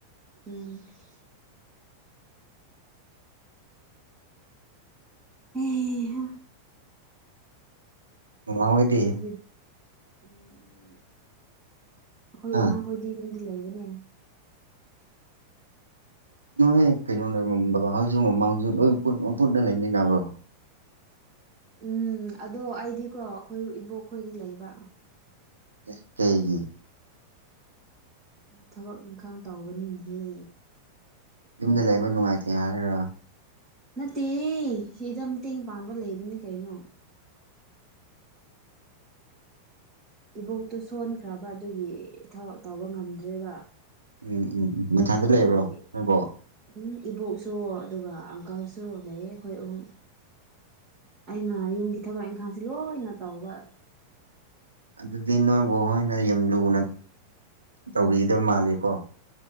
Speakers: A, on the right (about 25°); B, on the right (about 80°).
A: ꯎꯝ <unintelligible> <inaudible> ꯑꯩ ꯍꯥ
B: ꯕꯥꯕꯥ ꯍꯣꯏꯗꯤ
A: ꯑꯗꯨ ꯎꯝ ꯑꯩꯈꯣꯏ
B: ꯑꯥ
A: ꯏꯃꯥꯈꯣꯏꯗꯤ ꯌꯨꯝꯗ ꯂꯩꯕꯅꯦ
B: ꯅꯣꯏꯍꯦ ꯀꯩꯅꯣ ꯂꯩꯕ꯭ꯔ ꯕꯕꯥ ꯍꯣꯏꯖꯨ ꯃꯃꯥ ꯍꯣꯏꯁꯨ ꯂꯣꯏ ꯄꯨꯟꯅ ꯂꯩꯃꯤꯟꯅꯕ꯭ꯔꯣ
A: ꯎꯝ ꯑꯗꯣ ꯑꯩꯗꯤꯀꯣ ꯑꯩꯈꯣꯏ ꯏꯕꯣꯛꯈꯣꯏꯗ ꯂꯩꯕ
B: ꯑꯦ ꯀꯩꯒꯤ
A: ꯊꯕꯛ ꯏꯪꯈꯥꯡ ꯇꯧꯕꯅꯤꯅꯦꯍꯦ
B: ꯌꯨꯝꯗ ꯂꯩꯕ ꯅꯨꯡꯉꯥꯏꯇꯦ ꯍꯥꯏꯔ
A: ꯅꯠꯇꯦꯍꯦ ꯁꯤꯗ ꯃꯇꯦꯡ ꯄꯥꯡꯕ ꯂꯩꯕꯅꯤ ꯀꯩꯅꯣ ꯏꯕꯣꯛꯇꯨ ꯁꯣꯟꯈ꯭ꯔꯕ ꯑꯗꯨꯒꯤ ꯊꯕꯛ ꯇꯧꯕ ꯉꯝꯗ꯭ꯔꯦꯕ
B: ꯎꯝ ꯎꯝ ꯎꯝ ꯃꯊꯟꯗ
A: ꯑꯗꯨꯒꯤ
B: ꯂꯩꯕ꯭ꯔꯣ ꯅꯣꯏꯕꯣꯛ
A: ꯎꯝ ꯏꯕꯣꯛꯁꯨ ꯑꯗꯨꯒ ꯑꯪꯀꯜꯁꯨ ꯂꯩꯌꯦ ꯑꯈꯣꯏ ꯑꯍꯨꯝ꯫ ꯑꯩꯅ ꯌꯨꯝꯒꯤ ꯊꯕꯛ ꯏꯪꯈꯥꯡꯁꯤ ꯂꯣꯏꯅ ꯇꯧꯕ
B: ꯑꯗꯨꯗꯤ ꯅꯣꯏ ꯕꯣꯍꯣꯏꯅ ꯌꯥꯝ ꯂꯨꯅ ꯇꯧꯕꯤꯗꯕ ꯃꯥꯂꯤꯀꯣ꯫